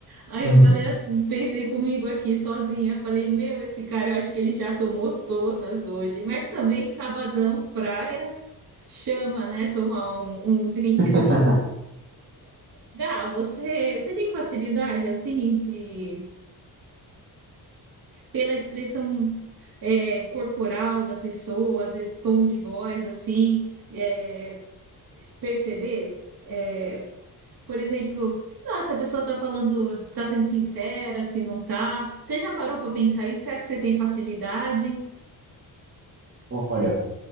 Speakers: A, on the right (about 70°); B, on the right (about 35°).
A: Aí
B: Uhum.
A: eu falei assim, pensei comigo aqui sozinha. Falei, meu, esse cara, eu acho que ele já tomou todas hoje. Mas também sabadão, praia chama, né? Tomar um, um drinkzinho.
B: <laughs>
A: Gá, você, você tem facilidade, assim, de, pela expressão é, corporal da pessoa, às vezes tom de voz, assim, é, perceber? É, por exemplo, sei lá, se a pessoa está falando, está sendo sincera, se não está. Você já parou para pensar isso? Você acha que você tem facilidade?
B: Olha,